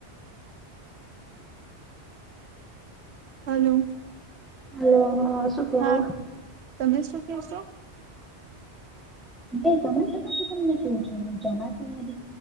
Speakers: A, on the right; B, in the centre.
A: હેલો
B: હ હા શું કેવો
A: હા, તમે શું ક્યોછો?
B: ન જમા સામને ક છ જમા શ